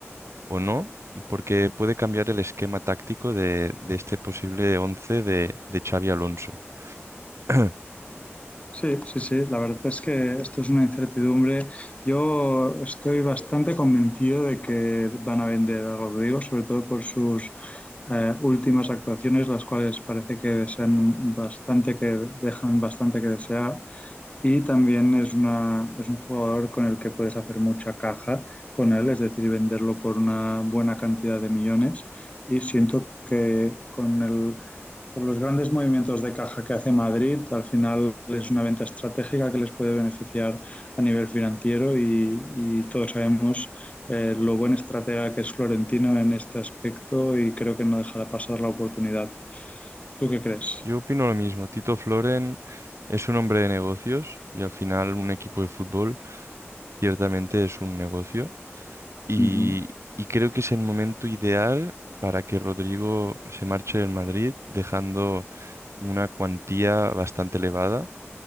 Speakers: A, on the right; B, on the left.
A: o no, porque puede cambiar el esquema táctico de, de este posible 11 de, de Xavi Alonso. <clears throat>
B: sí, sí, sí. La verdad es que esto es una incertidumbre. Yo estoy bastante convencido de que van a vender a Rodrigo, sobre todo por sus eh, últimas actuaciones, las cuales parece que desean bastante, que dejan bastante que desear. Y también es una, es un jugador con el que puedes hacer mucha caja con él, es decir, venderlo por una buena cantidad de millones. Y siento que con el, con los grandes movimientos de caja que hace Madrid, al final es una venta estratégica que les puede beneficiar a nivel financiero y, y todos sabemos eh, lo buen estratega que es Florentino en este aspecto y creo que no dejará pasar la oportunidad. ¿Tú qué crees?
A: Yo opino lo mismo. Tito Floren es un hombre de negocios y al final un equipo de fútbol ciertamente es un negocio y,
B: Ujú,
A: y creo que es el momento ideal para que Rodrigo se marche del Madrid dejando una cuantía bastante elevada